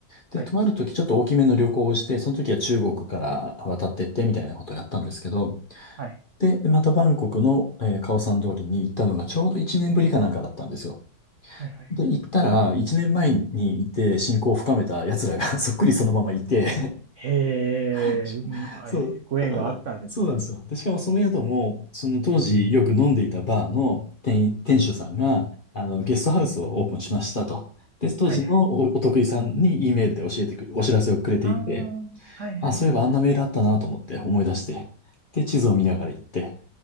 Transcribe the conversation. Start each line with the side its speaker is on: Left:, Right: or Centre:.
Left: で、
Right: はい。
Left: 泊まるときちょっと大きめの旅行をして、その時は中国から渡ってってみたいなことをやったんですけど、
Right: はい
Left: で、またバンコクの、えーカオサン通りに行ったのがちょうど1年ぶりかなんかだったんですよ。
Right: はいはいはい。
Left: で、行ったら、1年前にいて親交を深めた奴らが <laughs> そっくりそのままいて
Right: へえ、
Left: <laughs>
Right: うん、あ、
Left: そう、
Right: えご縁があったんですね。
Left: そうなんですよ。で、しかもその宿も、その当時よく飲んでいたバーの店、店主さんが、あの、ゲストハウスをオープンしましたと。で、当時のお、
Right: はいはい。
Left: お得意さんに E メールで教えてく、お知らせをくれていて、
Right: ああ、はいはいはいはいはい。
Left: あ、そういえばあんなメールあったなと思って思い出して。で、地図を見ながら行って。